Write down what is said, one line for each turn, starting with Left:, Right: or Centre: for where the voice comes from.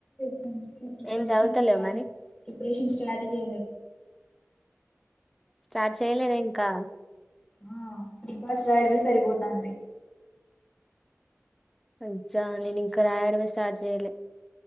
Left: ఫ్రెండ్స్ క ప్రిపరేషన్
Centre: ఏం చదువుతలేవ
Left: స్టార్
Centre: మరి
Left: ేన్ స్టాటాల
Centre: స్టార్ట్ చేయలేదా ఇంకా
Left: ఆ రకాార్స్ రాయడమే సరిపోతుంది
Centre: అజా నను క రాయడమ స్టార్ట్ చేయలే